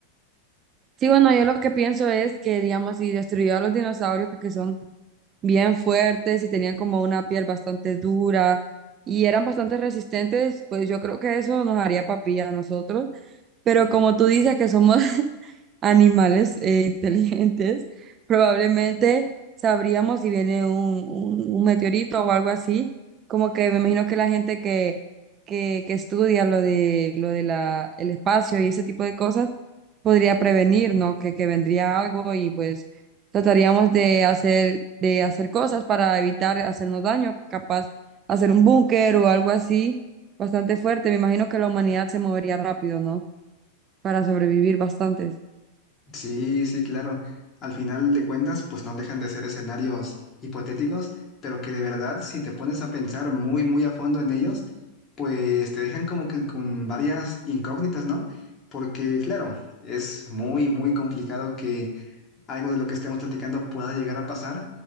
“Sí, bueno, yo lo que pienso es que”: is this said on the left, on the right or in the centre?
Right